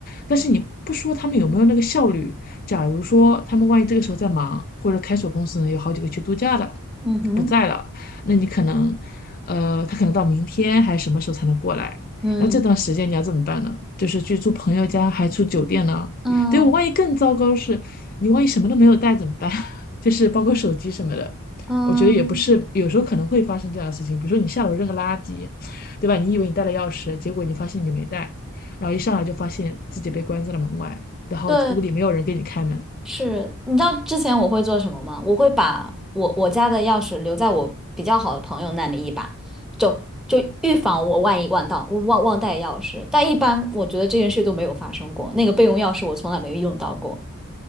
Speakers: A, on the left (about 40°); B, in the centre.
A: 但是你不说他们有没有那个效率，假如说他们万一这个时候在忙，或者开锁公司呢有好几个去度假的，
B: 嗯哼，
A: 不在了，那你可能，呃，他可能到明天还是什么时候才能过来？
B: 嗯
A: 那这段时间你要怎么办呢？就是去住朋友家，还住酒店呢？
B: 嗯
A: 对，我万一更糟糕是，你万一什么都没有带怎么办？<laughs> 就是包括手机什么的。
B: 嗯，
A: 我觉得也不是，有时候可能会发生这样的事情。比如说你下楼扔个垃圾，对吧？你以为你带了钥匙，结果你发现你没带，然后一上来就发现自己被关在了门外，然后屋里没有人给你开门。
B: 对，是。你知道之前我会做什么吗？我会把我我家的钥匙留在我比较好的朋友那里一把，就就预防我万一忘到我忘忘带钥匙。但一般我觉得这件事都没有发生过，那个备用钥匙我从来没有用到过，